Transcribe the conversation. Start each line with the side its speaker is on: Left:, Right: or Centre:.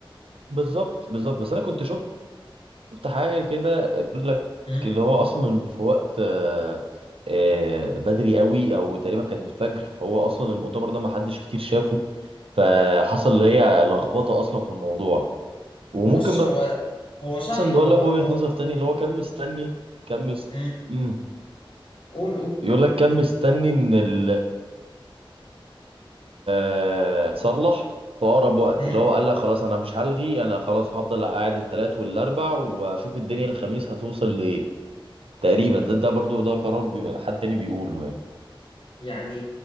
Right: بالظبط بالظبط بس انا كنت شفت شفت حاجة كده بيقول لك
Left: مم.
Right: اللي هو أصلا في وقت آه، آه، بدري قوي أو تقريبا كان الفجر فهو أصلا المؤتمر ده ما حدش كتير شافه فحصل اللي هي لخبطة أصلا في الموضوع وممكن
Left: بص هو هو صح
Right: مثلا يقول
Left: هو
Right: لك وجهة
Left: هو
Right: نظر تاني اللي هو كان مستني كان مس...
Left: مم.
Right: مم.
Left: قول قول
Right: يقول لك كان مستني إن ال آه، تصلح في أقرب وقت
Left: مم.
Right: اللي هو قال لك خلاص أنا مش هلغي أنا خلاص هفضل قاعد التلات والأربع وأشوف الدنيا الخميس هتوصل لإيه تقريبا ده ده برضو ده قرار بي... حد تاني بيقوله يعني
Left: يعني